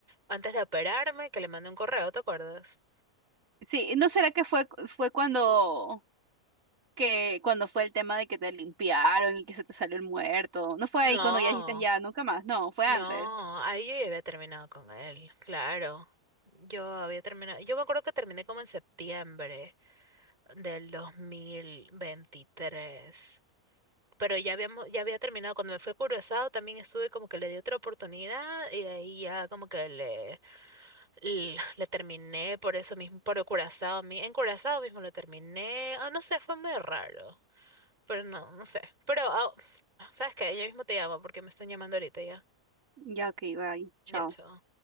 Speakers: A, on the right; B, on the right.
A: antes de operarme, que le mandé un correo, ¿te acuerdas?
B: Sí, ¿no será que fue, fue cuando que cuando fue el tema de que te limpiaron y que se te salió el muerto. No fue
A: No,
B: ahí cuando ya dijiste ya, nunca más. No, fue
A: no,
B: antes.
A: ahí yo ya había terminado con él, claro. Yo había terminado, yo me acuerdo que terminé como en septiembre del dos mil veintitrés pero ya habíamos, ya había terminado. Cuando me fue Curazao también estuve como que le di otra oportunidad y de ahí ya como que le, l- le, terminé por eso mismo, por Curazao, mi- en Curazao mismo lo terminé. Ah, no sé, fue muy raro, pero no, no sé. Pero, ah, ¿sabes qué? Yo mismo te llamo porque me están llamando ahorita ya.
B: Ya, ok, bye. Chao.
A: Ya, chao.